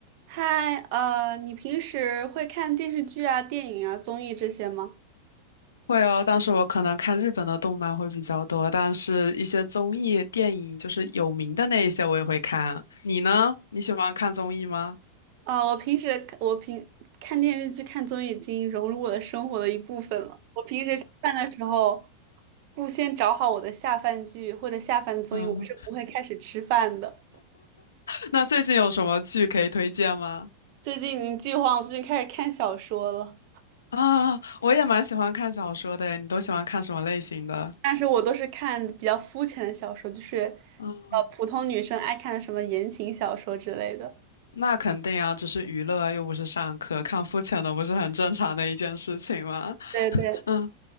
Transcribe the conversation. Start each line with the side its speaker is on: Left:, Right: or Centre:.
Right: 嗨，呃，你平时会看电视剧啊、电影啊、综艺这些吗？
Left: 会哦，但是我可能看日本的动漫会比较多，但是一些综艺、电影，就是有名的那一些我也会看。你呢？你喜欢看综艺吗？
Right: 啊、我平时我平看电视剧、看综艺已经融入我的生活的一部分了。我平时吃饭的时候，不先找好我的下饭剧或者下饭综艺，
Left: 嗯，
Right: 我是不会开始吃饭的。
Left: <laughs> 那最近有什么剧可以推荐吗？
Right: 最近已经剧荒，最近开始看小说了，
Left: 啊，我也蛮喜欢看小说的，你都喜欢看什么类型的？
Right: 但是我都是看比较肤浅的小说，就是
Left: 嗯，
Right: 呃普通女生爱看的什么言情小说之类的。
Left: 那肯定啊，只是娱乐啊又不是上课，看肤浅的不是很正常的一件事情吗？
Right: 对对。
Left: 嗯，